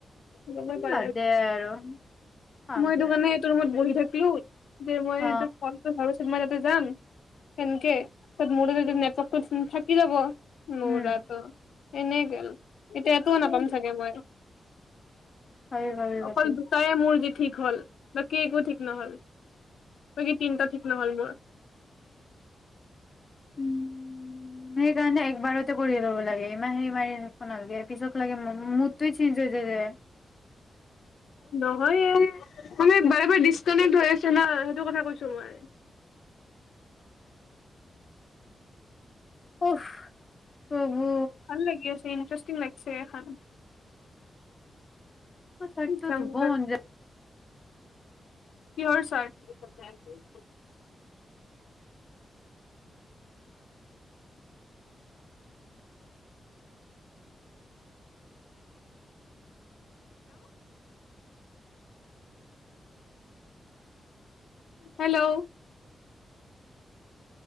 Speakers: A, on the left; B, on the left.
A: ন গমে
B: উম,
A: পোৱা
B: বাদ
A: নাই
B: দে আৰু কাম
A: মই এইটো
B: নাই
A: কাৰণে এইটো ৰুমত বহি থাকি পিউত যে মই
B: অ
A: সেইটো ফলটো ভাব পিছত মই যাম সেনকে তছত মূতে নেপকৈ থাকি যাব নৰাটো
B: উম
A: এনেই গলো এতিয়া ও নাপাম
B: উম,
A: চাগে মই <unintelligible>
B: ভাবি ভাবি ভাবি
A: অকল দুটাইয়ে মোৰ জীৱন ঠিক হ'ল বাকী একো ঠিক নহল বাকী তিনটা ঠিক নহল মোৰ
B: উম সেইকাৰণে একবাৰতে কৰি ল'ব লাগে। মাহে মাহে ৰখিব নালাগে পিছক লাগে মোক মোৰতো চেঞ্জ হৈছেগে
A: নহয় এই মানে বাৰে বাৰে ডিচকানেক হৈ আছে না সেইটো কথা কৈছো মই
B: উফ প্ৰভু
A: ভাল লাগি আছে ইণ্টাৰেষ্টিং লাগিছে এখন
B: চাট টো
A: জংগল
B: ধুব মন যায়
A: কিহৰ চাট হেল্ল' হেল্ল'